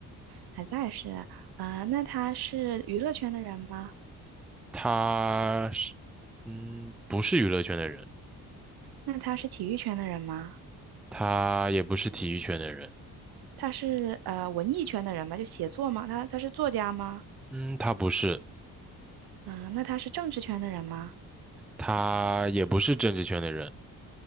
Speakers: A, on the right; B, in the centre.
A: 还在是啊，呃那他是娱乐圈的人吗？
B: 他是，嗯，不是娱乐圈的人，
A: 那他是体育圈的人吗？
B: 他也不是体育圈的人，
A: 他是呃文艺圈的人吗？就写作吗？他他是作家吗？
B: 嗯，他不是，
A: 嗯、那他是政治圈的人吗？
B: 他也不是政治圈的人，